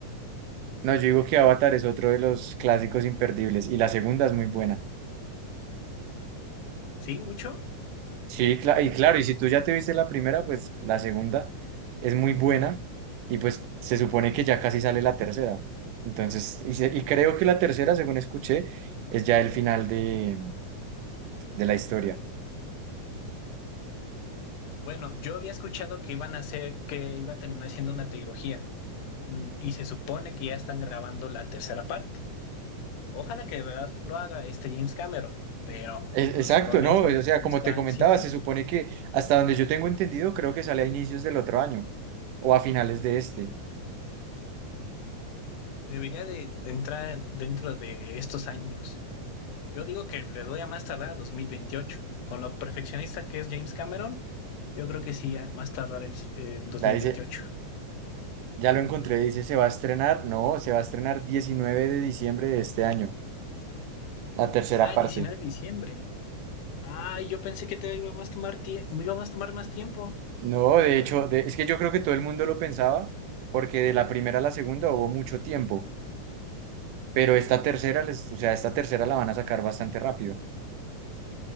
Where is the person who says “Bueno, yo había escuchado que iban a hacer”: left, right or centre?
Left